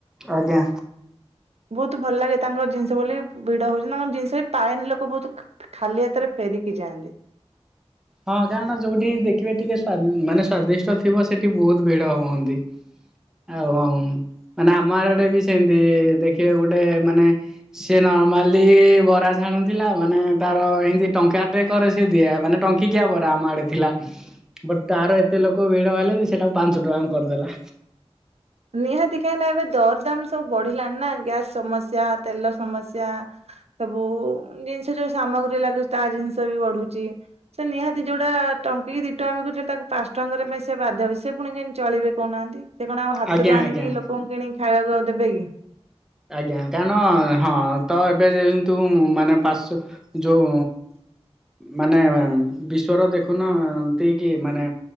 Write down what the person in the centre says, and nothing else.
ଆଜ୍ଞା।
ହଁ କାରଣ ଯୋଉଠି ଦେଖିବେ ଟିକେ ସ୍ଵ ମାନେ ସ୍ଵାଦିଷ୍ଟ ଥିବ ସେଠି ବହୁତ ଭିଡ ହୁଅନ୍ତି। ଆଉ ମାନେ ଆମ ଆଡେ ବି ସେମିତି ଦେଖିବେ ଗୋଟେ ମାନେ ସି ନର୍ମାଲି ବରା ଛାଣୁଥିଲା ମାନେ ତାର ଏମିତି ଟଙ୍କା ଟେ କରେ ସେ ଦିଆ ମାନେଙ୍କ ଟଙ୍କିକିଆ ବରା ଆମ ଆଡେ ଥିଲା ବଟ ତାର ଏତେ ଲୋକ ଭିଡ ହେଲେ ଯେ ସେଟାକୁ ପାଞ୍ଚ ଟଙ୍କା କରିଦେଲା।
ଆଜ୍ଞା
ଆଜ୍ଞା।
ଆଜ୍ଞା କାରଣ ହଁ ତ ଏବେ ଯେହେତୁ ମାନେ ପା ଯୋଉ ମାନେ ବିଶ୍ଵର ଦେଖୁନ ଏମତି କି ମାନେ